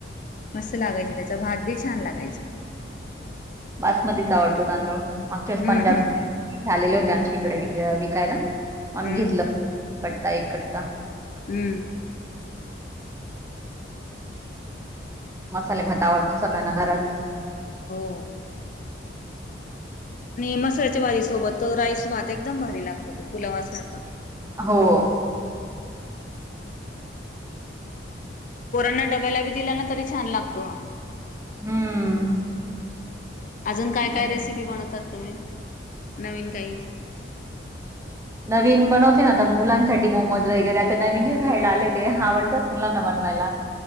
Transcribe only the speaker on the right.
बासमतीचा आवडतो तांदूळ मागच्या वेळेस
पंजाब-
आलेले होते आमच्या इकडे विक विकायला आम्ही
घेतलं कट्टा एक कट्टा
मसाले भात आवडतो सगळ्यांना घरात
हो
हम्म.
असं
नवीन बनवते ना आता मुलांसाठी मोमोज वगैरे आता नवीन जे खायला आले ते आवडतंच मुलांना बनवायला